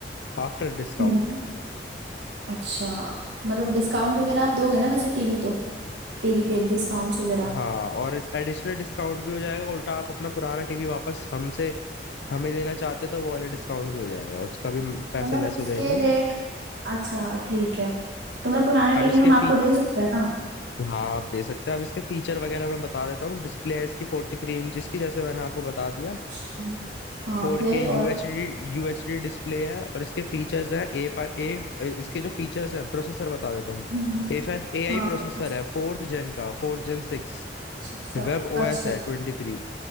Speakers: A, on the left (about 70°); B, on the right (about 75°).
A: आफ्टर डिस्काउंट
B: हम्म अच्छा मतलब डिस्काउंट वगैरह आप दोगे ना वैसे टीवी तो टीवी के डिस्काउंट्स वगैरह
A: हाँ और इस एडिशनल डिस्काउंट भी हो जाएगा उल्टा आप अपना पुराना टीवी वापस हमसे हमें देना चाहते तो वो वाला डिस्काउंट भी हो जाएगा उसका भी
B: तो
A: पैसे
B: मतलब
A: लेस
B: उसके
A: हो जाएंगे
B: रेट अच्छा ठीक है तो मैं पुराना टीवी
A: अब इसके
B: हम आपको
A: फी
B: दे सकते हैं ना
A: हाँ आप दे सकते हैं अब इसके फीचर वगैरह मैं बता देता हूँ डिस्प्ले है इसकी फोर्टी थ्री इंच की जैसे मैंने आपको बता दिया
B: हम्म। हाँ
A: फोर
B: फिर
A: के यूएचडी
B: और
A: यूएचडी डिस्प्ले है और इसके फीचर्स हैं ए फाइव ए इसके जो फीचर्स हैं प्रोसेसर बता देता हूँ
B: हम्म।
A: ए फाइव ए आई
B: हाँ
A: प्रोसेसर
B: फिर- अच्छा
A: है फोर्थ जेन का फोर्थ जेन सिक्स
B: अच्छा
A: वेब ओएस
B: अच्छा।
A: है ट्वेंटी थ्री